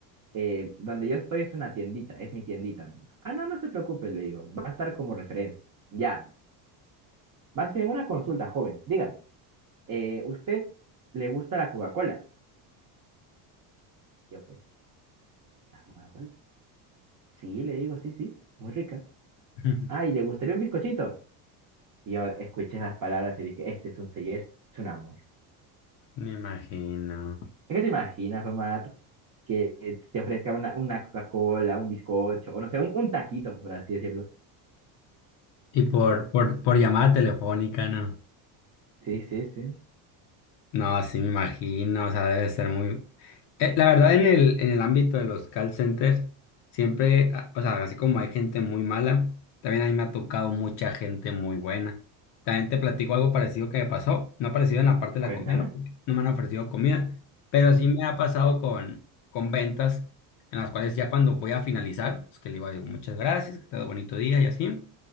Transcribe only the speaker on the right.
eh, donde yo estoy es una tiendita, es mi tiendita, me dijo. Ah, no, no se preocupe, le digo, va a estar como referencia. Ya, me dijo. más bien una consulta, joven, dígame, eh, ¿usted le gusta la Coca-Cola? Yo, pues, ¿la Coca-Cola? Sí, le digo, sí, sí, muy rica.
Ah, ¿y le gustaría un bizcochito? Y yo escuché esas palabras y dije, este es un sello, este es un amor.
¿Es que te imaginas, Omar, que te ofrezca una, una Coca-Cola, un bizcocho, o no sé, un, un taquito, por así decirlo?
Yo,
sí, sí, sí,
cuéntame,